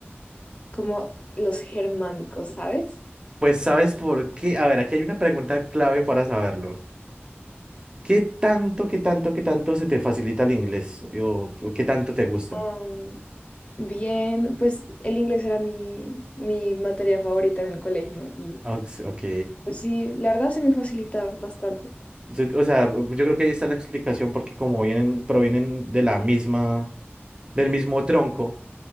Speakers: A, on the left; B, on the right.
A: como los germánicos, ¿sabes?
B: Pues sabes por qué, a ver, aquí hay una pregunta clave para saberlo. ¿Qué tanto, qué tanto, qué tanto se te facilita el inglés? ¿O, o qué tanto te gusta?
A: Am, bien, pues el inglés era mi, mi materia favorita en el colegio y
B: Ox- Ok.
A: pues sí, la verdad se me facilita bastante.
B: Se- O sea, yo creo que ahí está la explicación porque como vienen, provienen de la misma del mismo tronco,